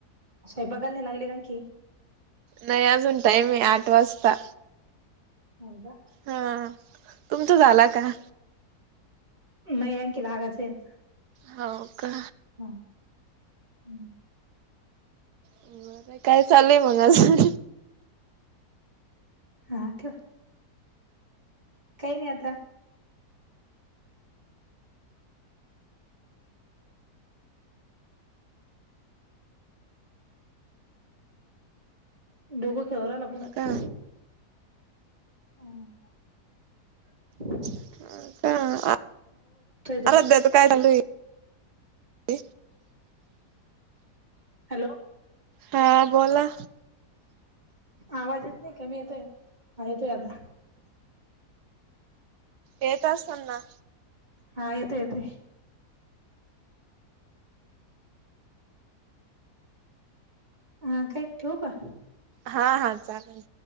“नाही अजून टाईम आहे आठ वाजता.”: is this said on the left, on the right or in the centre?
Right